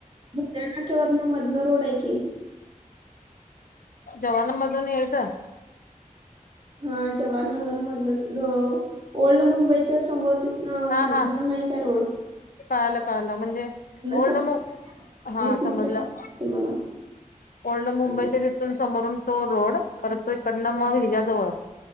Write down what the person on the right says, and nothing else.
धुपत्यांनाच्यांवरन मधलां रोडं आहे की
हां जवाहरनगरं मधूनच अं ओल्ड मुंबईच्यां समोरं तिथंन हां
मधन
नाहीं कां रोडं
शॉर्ट
वीस मिनिटं
ते मला
हम्म.